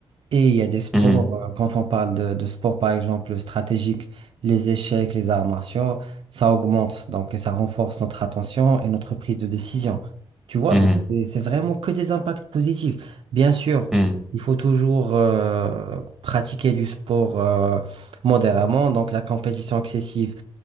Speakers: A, on the right (about 60°); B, in the centre.
A: Et il y a des sports,
B: Mhm.
A: euh, quand on parle de, de sport par exemple stratégique, les échecs, les arts martiaux, ça augmente, donc et ça renforce notre attention et notre prise de décision. Tu vois,
B: Mhm.
A: donc
B: Mhm.
A: c'est c'est vraiment que des impacts positifs. Bien sûr,
B: Mhm.
A: il faut toujours euh, pratiquer du sport euh, modérément, donc la compétition excessive